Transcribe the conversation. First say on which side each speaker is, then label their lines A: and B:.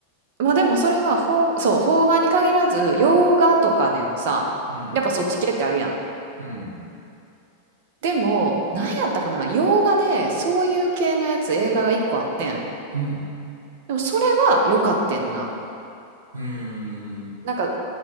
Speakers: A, on the right; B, on the right.
A: まあでもそれは邦、そう、邦画に限らず、洋画とかでもさ、
B: うん。
A: やっぱそっち系ってあるやん。
B: うん。
A: でも、なんやったかな、洋画でそういう系のやつ、映画が一個あってん。
B: うん。
A: でもそれは良かってんな。
B: うーん。
A: なんか、